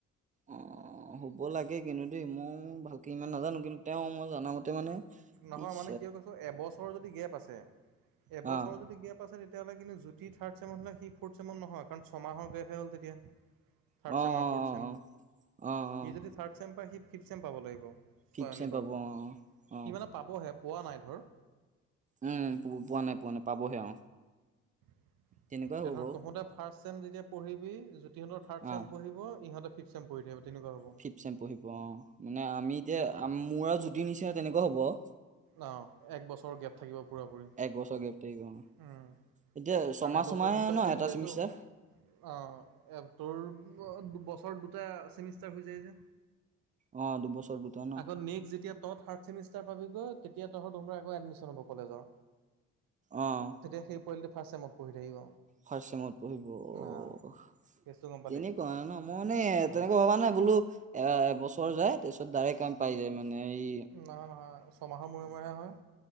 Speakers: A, on the right; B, on the right.
A: অ' হ'ব লাগে কিন্তু দেই মই ভালকে ইমান নাজানো কিন্তু তেওঁ মই জামতে মানে,
B: নহয়
A: ইচ
B: মানে কিয় কৈছো এবছৰৰ যদি গেপ আছে এবছৰ
A: অ
B: যদি গেপ আছে তে তেতিয়াহলে কিন্তু জুতি থাৰড চেমত সি ফৰ্থ চেমত নহয়। কাৰণ ছমাহৰ গে হ'ল তেতিয়া। থাৰ্ড
A: অ অ
B: চেম আৰু ফ'ৰ্থ চেম
A: অ অ অ
B: ইি যদি থাৰ্ড চেম পায় সি ফিফথ চেম পাব লাগিব।
A: ফিপচেন
B: চয়ন এইবাৰ
A: পাব অ-অ'
B: সি মানে পাবহে পোৱা নাই ধৰ।
A: উম পো- পোৱা নাই পোৱা নাই পাবহে অ
B: এ
A: তেনেকুৱাই হ'ব
B: ধৰক
A: বাৰু
B: তহঁতে ফাৰ্ষ্ট ছেম যেতিয়া পঢ়িবি। ইহঁতৰ থাৰ্ড
A: অ
B: চেম পঢ়িব ইহঁতৰ ফিফ চেম পঢ়ি থাকিব তেনেকুৱা হ'ব।
A: ফিফ চেম পঢ়িব অ' মানে আমি এতিয়া মোৰ
B: কেছটো
A: আৰু জ্যোতি নিচিনা তেনেকুৱা হ'ব আৰু।
B: অ' এক বছৰ গেপ। থাকিব পুৰা পুৰি,
A: একবছৰ গেপ থাকিব অ'
B: উম
A: এতিয়া ছমাহ
B: কাৰণ এবছৰ
A: ছমাহে
B: দুটাকে
A: ন এটা
B: হৈ যায়তো
A: চেমিষ্টাৰ
B: অ' তোৰ বছৰ দুটা চেমিষ্টাৰ হৈ যায় যে।
A: অ' দুবছৰ দুটা ন
B: আকৌ নেক্স যেতিয়া ত থাৰ্ড ছেমিষ্টাৰ তেতিয়া, তহঁতৰ আকৌ এডমিশন হব ক'লেজৰ
A: অ'
B: তেতিয়া সেই পোৱালিটোৱে, ফাৰ্ষ্টেমত পঢ়ি থাকিব।
A: ফাৰ্ষ্ট চেমত পঢ়িব।
B: না কেছটো গম পালি?
A: তেনেকুৱা ন মই মানে
B: উম,
A: তেনেকুৱা ভবা নাই বোলো এ এবছৰ যায়। তাৰপিছত ডাইৰেক্ট কাম পাই যায় মানে এই
B: নহয়-নহয় ছমাহৰ মূৰে-মূৰেহে হয়।